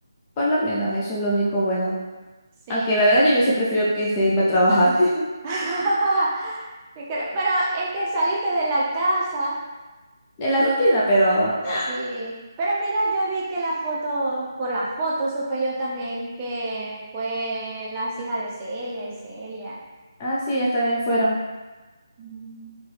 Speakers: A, on the left; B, on the right.
A: Por lo menos, eso es lo único bueno.
B: Sí.
A: Aunque la verdad yo hubiese preferido que este, irme a trabajar
B: <laughs>
A: <laughs>
B: Sí creo, Pero es que saliste de la casa.
A: de la rutina, pero nada.
B: Sí. Pero mira, yo vi que la foto, por la foto supe yo también que fue las hijas de Celia y Celia.
A: Así ellas también fueron,
B: Mm.